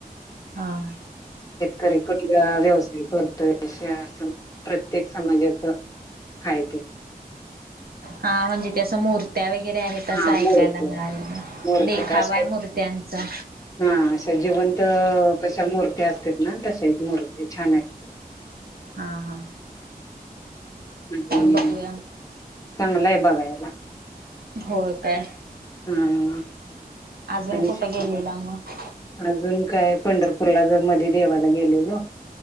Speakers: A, on the right; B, on the left.
A: हां.
B: घरी कुठला व्यवसाय करतोय. अशे असणार प्रत्येक समाजात हाय ते.
A: हा, म्हणजे ते असं मूर्त्या वे गैरे आहे, तसं
B: हा
A: ऐकायला
B: मूर्ती
A: मिळाले.
B: मूर्ती
A: देखावा
B: अशा
A: आहे मूर्त्यांचा.
B: हा, अशा जिवंत हो, कशा मूर्ती असत्यात ना, तशाही मूर्ती छान आहेत.
A: हां, हा.
B: तसेही
A: बघूया
B: चांगलं आहे बघायला.
A: हो, काय.
B: हां, आ.
A: अजून
B: आणि
A: कुठं
B: <inaudible>
A: गेलेला मग
B: अजून काय आहे पंढर पुुलाज मध्ये देवाला गेलेलो.